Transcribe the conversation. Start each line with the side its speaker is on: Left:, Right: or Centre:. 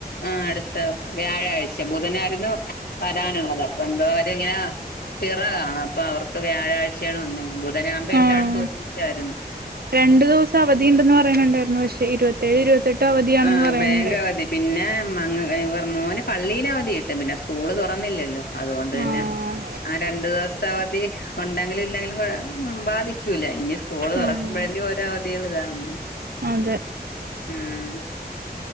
Left: ആ അടുത്ത വ്യാഴാഴ്ച ബുധനായിരുന്നു വരാനുള്ളത് അപ്പൊ എന്തോ അവരിങ്ങനെ പിറ കാണും അപ്പൊ അവർക്ക് വ്യാഴാഴ്ചയാണ് വന്നെന്ന് അങ്ങനാവുമ്പ
Right: ആഹ്
Left: എല്ലാട്ത്തും റ്റാരുന്നു
Right: രണ്ടു ദിവസം അവധിയുണ്ടെന്ന് പറയണുണ്ടായിരുന്നു പക്ഷെ ഇരുപത്തേഴ്, ഇരുപത്തെട്ട് അവധിയാണെന്ന്
Left: ആഹ്
Right: പറയണുണ്ട്
Left: ബാങ്ക് അവധി പിന്നെ ഉം അങ്ങ് ഇവർ മോന് പള്ളിയിൽ അവധി കിട്ടും പിന്നെ സ്കൂള് തൊറന്നില്ലല്ലോ അതുകൊണ്ട് തന്നെ
Right: ആഹ്
Left: ആ രണ്ടു ദിവസത്തെ അവധി ഉണ്ടെങ്കിലും ഇല്ലെങ്കിലും ബാധിക്ക പറ്റൂല്ല ഇനി സ്കൂള് തുറക്കുമ്പഴേല്ലേരു
Right: ആഹ്
Left: അവധികൾ ഇതാ ഉം
Right: അതെ
Left: ഉം